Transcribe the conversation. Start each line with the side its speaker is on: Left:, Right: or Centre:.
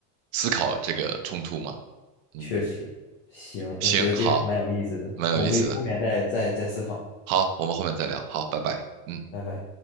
Right: 思考这个冲突嘛。嗯，
Left: 确实，行，
Right: 行，
Left: 我觉得这个还蛮有意思的，
Right: 好，蛮有意思的。
Left: 我们有后面再再再思考。
Right: 好，我们后面再聊。好，拜拜。嗯。
Left: 拜拜。